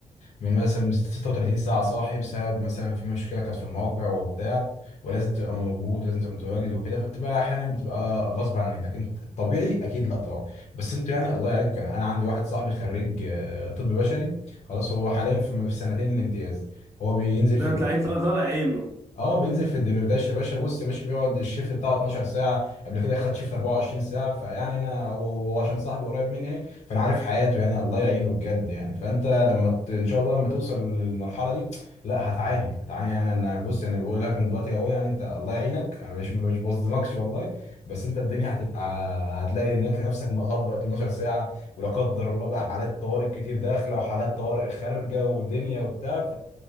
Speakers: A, on the left; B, on the right.
A: من مثلا 36 ساعة صاحي بسبب مثلا في مشكلة كانت في الموقع وبتاع ولازم تبقى موجود ولازم تبقى متواجد وكده فبتبقى احيانا بتبقى غصب عنك لكن الطبيعي اكيد لا طبعا بس انتوا يعني الله يعينكم يعني انا عندي واحد صاحبي خريج آه، طب بشري خلاص هو حاليا في في سنتين الامتياز هو بينزل
B: ده
A: في الدمرداش
B: بتلاقيه طالع طالع عينه
A: اه بينزل في الدمرداش يا باشا بص يا باشا بيقعد الشيفت بتاعه 12 ساعه قبل كده خد شيفت 24 ساعه فيعني انا هو هو عشان صاحبي قريب مني يعني فانا عارف حياته يعني الله يعينه بجد يعني فانت لما ت- ان شاء الله لما توصل للمرحله دي لا هتعاني هتعاني يعني انا بص انا بقول لك من دلوقتي اهو يعني انت الله يعينك انا مش مش بظلمكش والله بس انت الدنيا هتبقى هتلاقي هناك نفسك مطبق 12 ساعه ولا قدر الله بقى حالات طوارئ كتير داخله وحالات طوارئ خارجه ودنيا وبتاع